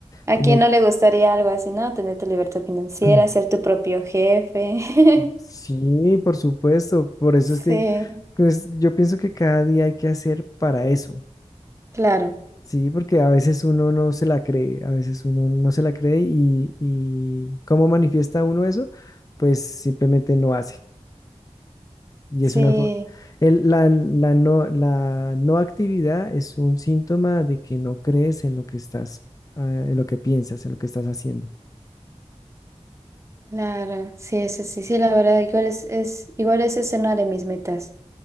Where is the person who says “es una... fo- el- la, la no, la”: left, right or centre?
Left